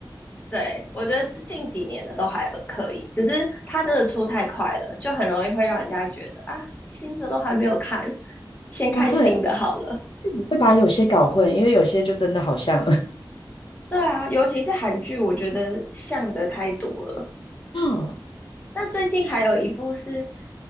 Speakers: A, on the left; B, on the left.
A: 对，我觉得近近几年的都还可以，只是它真的出太快了，就很容易会让人家觉得啊，新的都还没有看，先看新的好了。
B: 哦，对，我会把有些搞混，因为有些就真的好像，
A: 对啊，尤其是韩剧，我觉得像的太多了。
B: <laughs> 哦，
A: 那最近还有一部是